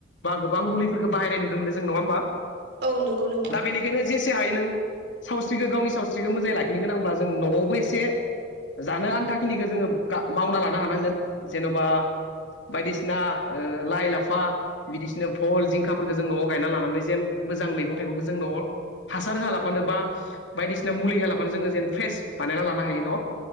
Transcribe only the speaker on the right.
औ नंगौ नोंथां